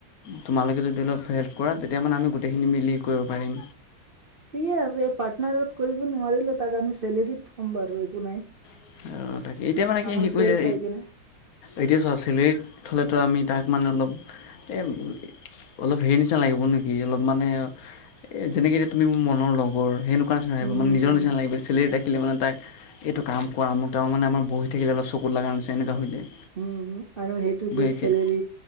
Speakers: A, on the left (about 55°); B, on the right (about 65°).
A: তোমালোকে যদি অলপ হেল্প কৰা তেতিয়া মানে আমি গোটেইখিনি মিলি কৰিব পাৰিম।
B: ঠিকে আছে এই পাৰ্টনাৰত কৰিব নোৱাৰিলে তাক আমি চেলেৰিত থ'ম বাৰু একো নাই।
A: অ' তাকে এতিয়া মানে কি
B: আমাৰ
A: সি কৈছে
B: চেল চাই কেনে
A: এতিয়া চোৱা চেলাৰিত থলেতো আমি তাক মানে অলপ এই অলপ হেৰি নিচিনা লাগিব নেকি অলপ মানে এ যেনেকে এতিয়া তুমি মোৰ মনৰ লগৰ সেনে <unintelligible>
B: উম
A: মানে নিজৰ নিচিনা লাগিব, চলেৰী তেক এইটো কাম। প মোৰ তেওঁ মানে আমাৰ বহি থাকিলে অলপ চকুত লগা হৈছে এনেকুৱা হৈ যায়।
B: উম, উম আৰু সেইটো যে
A: এতিয়া
B: চেলেৰী